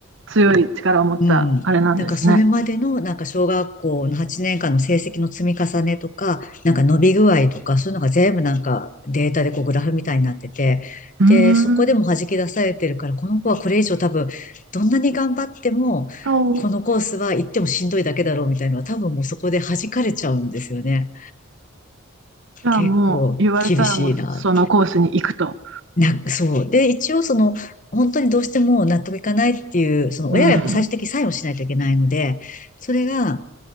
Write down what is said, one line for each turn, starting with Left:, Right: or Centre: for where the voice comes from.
Right: 強い力を持ったあれなんですね。
Left: うん。なんかそれまでのなんか小学校の8年間の成績の積み重ねとか、なんか伸び具合とか、そういうのが全部なんかデータでこうグラフみたいになってて、
Right: うー
Left: で、そこでも弾き出されてるから、
Right: ん。
Left: この子はこれ以上多分、どんなに頑張っても、
Right: おう。
Left: このコースは行ってもしんどいだけだろうみたいなのは多分もうそこで弾かれちゃうんですよね。
Right: じゃあもう言われたらもうそのコースに行くと。
Left: 結構厳しいな。な、そう。で、一応その、本当にどうしても納得いかないっていう、その親はやっぱ最終的にサインをしないといけないので、
Right: うん。
Left: それが、